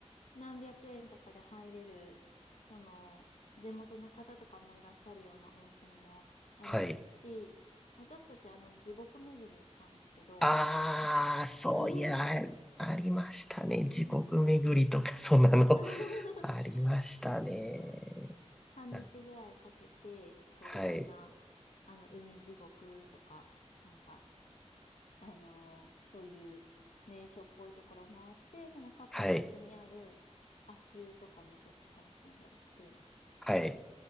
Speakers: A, on the left; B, in the centre.
A: 何百円とかで入れる、その、地元の方とかもいらっしゃるような温泉もありますし、
B: はい。
A: 私たちあの地獄巡りをしたんですけど、
B: ああ、
A: なんか
B: そういや、
A: <laughs>
B: ありましたね。地獄巡りとか、
A: そうそう
B: <laughs> そんなの
A: <laughs>
B: <laughs> ありましたね。
A: そう半日ぐらいかけて、
B: なん
A: こういろんな、
B: はい、
A: あの、海地獄とか、なんか、あのーそういう名所っぽいところ回って、その各名所にある足湯とかもちょっと楽しんだりして、
B: はい、はい。